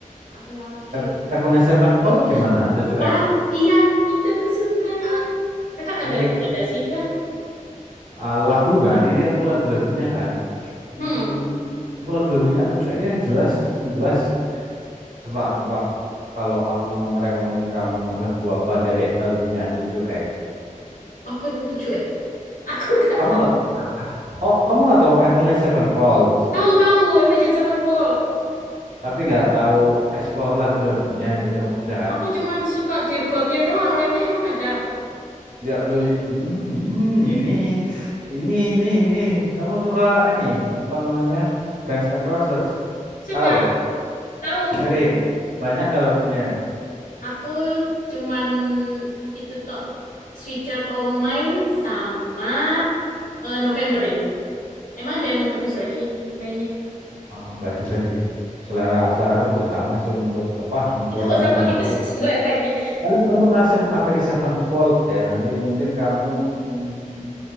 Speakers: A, on the left; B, on the right.
A: apa lagi?
B: Ev-
A: ya?
B: Avenged Sevenfold
A: Terus
B: gimana atau Joek?
A: ah iya itu aku suka. Kakak ada
B: Nah,
A: rekomendasi
B: kamu
A: kah?
B: ah, lagu kan ini untuk lagu-lagunya kan. Hmm,
A: Hmm.
B: untuk lagu-lagunya atau Joek yang jelas, yang jelas. Coba tebak kalau aku mau ngerekomen kamu lagu apa dari lagunya atau Joek.
A: Apa itu 7? Aku nggak
B: Kamu
A: tahu.
B: nggak Oh, kamu atau Avenged Sevenfold,
A: Tahu tahu Avenged Sevenfold.
B: tapi nggak tahu explore lagu-lagunya gitu maksudnya kan?
A: Aku cuman suka Dear God-nya doang, lainnya emang ada.
B: Ya lu hmm, ini ini ini ini kamu suka ini apa namanya? Guns N' Roses.
A: Suka
B: Tahu,
A: tahu.
B: dengerin. Banyak gak lagunya?
A: Aku cuman itu tok Sweet Child O' Mine sama eh, November Rain. Emang ada yang bagus lagi mainnya?
B: Oh, enggak juga sih. Selera selera aku juga sama sih untuk apa? Untuk
A: Kita kok
B: Guns
A: sama
B: N'
A: gitu
B: Roses.
A: sih <laughs> seleranya.
B: Paling untuk Ase- Avenged Sevenfold ya nanti mungkin kamu hmm,